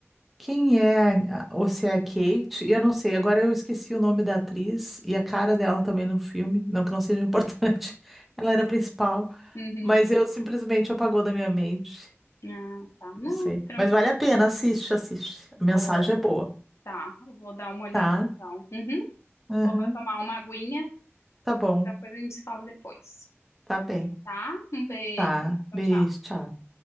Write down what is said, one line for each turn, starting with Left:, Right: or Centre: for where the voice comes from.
Centre: Quem é, a- ou se é a Kate, e eu não sei, agora eu esqueci o nome da atriz e a cara dela também no filme, não que não seja importante, <laughs> ela era a principal,
Left: Uhum.
Centre: mas eu simplesmente apagou da minha mente,
Left: Ah, tá. Não,
Centre: não sei.
Left: tranquilo.
Centre: Mas vale a pena, assiste, assiste,
Left: Vou,
Centre: a mensagem é boa,
Left: tá, vou dar uma olhada
Centre: tá?
Left: então. Uhum.
Centre: Uhum,
Left: Vou lá tomar uma aguinha.
Centre: Tá bom,
Left: Qualquer coisa a gente se fala depois,
Centre: tá bem,
Left: tá? Um beijo.
Centre: tá,
Left: Tchau,
Centre: beijo,
Left: tchau.
Centre: tchau.